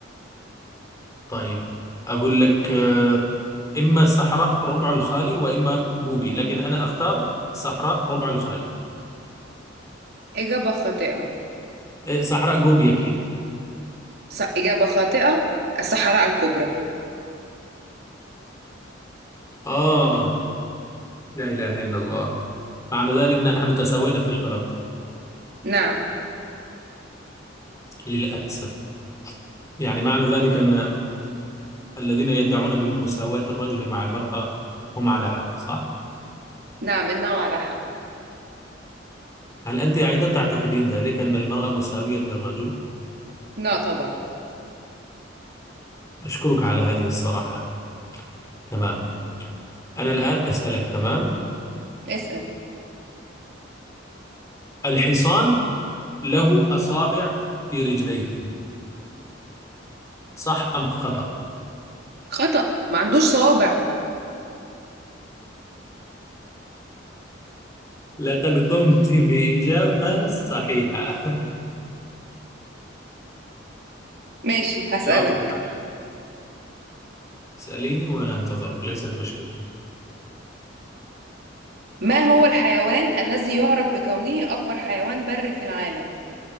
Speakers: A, on the left (about 15°); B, on the right (about 55°).
A: طيب أقول لك آه، إما صحراء الربع الخالي وإما جوبي لكن أنا أختار صحراء ربع الخالي
B: إجابة خاطئة
A: إيه، صحراء جوبي أكيد
B: ص... إجابة خاطئة الصحراء الكبرى
A: آه لا إله إلا الله معنى ذلك نحن تساوينا في الغلط
B: نعم
A: للأسف يعني معنى ذلك أن الذين يدعون بمساواة الرجل مع المرأة هم على حق صح؟
B: نعم النوع على حق
A: هل أنت أيضا تعتقدين ذلك أن المرأة مساوية للرجل؟
B: لا طبعا
A: أشكرك على هذه الصراحة تمام أنا الآن أسألك تمام
B: اسأل
A: الحصان له أصابع في رجليه صح أم خطأ؟
B: خطأ ما عندوش صوابع
A: لقد قمت بإجابة صحيحة
B: ماشي هسألك
A: <laughs> جواب صحيح اسأليني وأنا أنتظرك ليست مشكلة
B: ما هو الحيوان الذي يعرف بكونه أكبر حيوان بري في العالم